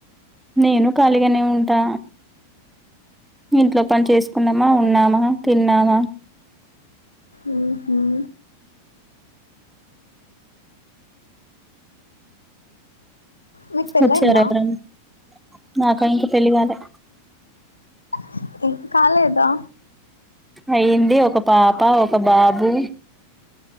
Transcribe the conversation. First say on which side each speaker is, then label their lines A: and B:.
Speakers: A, in the centre; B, on the left.
A: నేను ఖాళీగానే ఉంటా. ఇంట్లో పని చేసుకున్నామా, ఉన్నామా, తిన్నామా.
B: ఉహూ మీకు పెళ్లయిందా
A: వచ్చారు ఎవరన్నా నాకా ఇంక పెళ్లి కాలే
B: <unintelligible> కాలేదా
A: అయ్యింది ఒక పాప, ఒక బాబు.